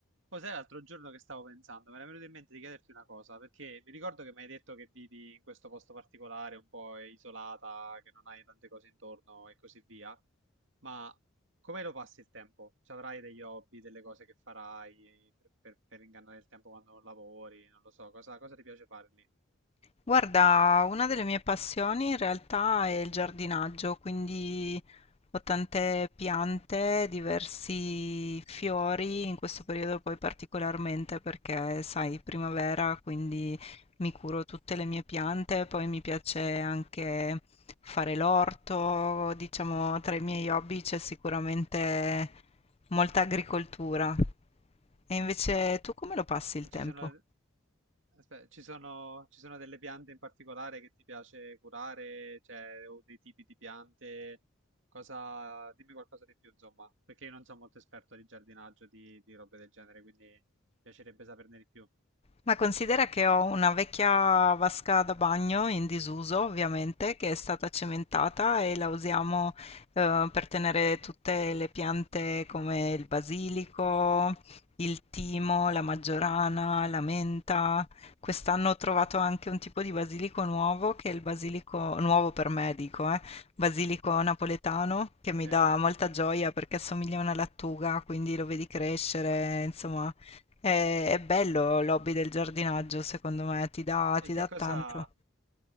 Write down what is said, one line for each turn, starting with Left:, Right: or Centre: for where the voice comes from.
Right: Poi sai, l'altro giorno che stavo pensando, mi era venuto in mente di chiederti una cosa, perché mi ricordo che mi hai detto che vivi in questo posto particolare, un po' isolata, che non hai tante cose intorno e così via, ma come lo passi il tempo? Ci avrai degli hobby, delle cose che farai per, per- per ingannare il tempo quando non lavori, non lo so, cosa, cosa ti piace fare lì?
Left: Guarda, una delle mie passioni in realtà è il giardinaggio, quindi ho tante piante, diversi fiori, in questo periodo poi particolarmente perché, sai, primavera, quindi mi curo tutte le mie piante, poi mi piace anche fare l'orto, diciamo, tra i miei hobby c'è sicuramente molta agricoltura. E invece tu come lo passi il
Right: E
Left: tempo?
Right: ci sono, aspetta, ci sono, ci sono delle piante in particolare che ti piace curare, cioè, o dei tipi di piante, cosa, dimmi qualcosa di più, insomma, perché io non sono molto esperto di giardinaggio, di, di robe del genere, quindi mi piacerebbe saperne di più.
Left: Ma considera che ho una vecchia vasca da bagno in disuso, ovviamente, che è stata cementata e la usiamo eh, per tenere tutte le piante come il basilico, il timo, la maggiorana, la menta. Quest'anno ho trovato anche un tipo di basilico nuovo, che è il basilico nuovo per me, dico, eh, basilico napoletano, che
Right: Ok?
Left: mi
Right: E
Left: dà molta gioia perché assomiglia a una lattuga, quindi lo vedi crescere, insomma. È, è bello l'hobby del giardinaggio, secondo me, ti dà, ti
Right: che
Left: dà
Right: cosa,
Left: tanto.